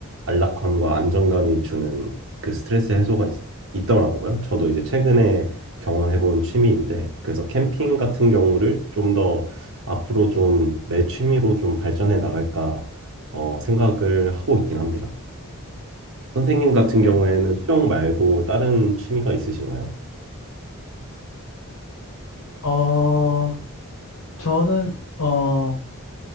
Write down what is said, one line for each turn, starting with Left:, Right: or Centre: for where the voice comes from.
Right: 안락함과 안정감이 주는 그 스트레스 해소가 있, 더라고요 저도 이제 최근에 경험해본 취미인데, 그래서 캠핑 같은 경우를 좀 더 앞으로 좀 내 취미로 좀 발전해 나갈까 어, 생각을 하고 있긴 합니다. 선생님 같은
Left: 네.
Right: 경우에는 수영 말고 다른 취미가 있으신가요?
Left: 어 저는 어